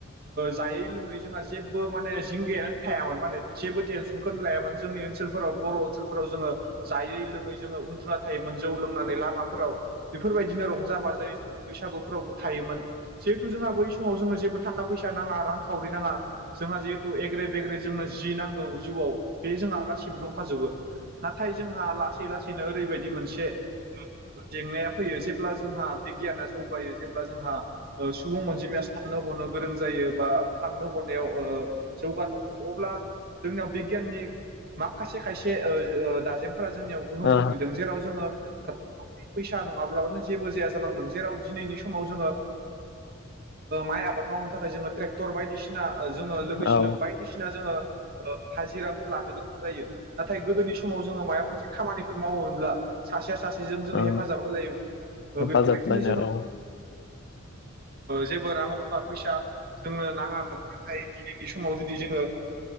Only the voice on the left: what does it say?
ओ
औ
ओ
हेफाजाब
होलायनाय
औ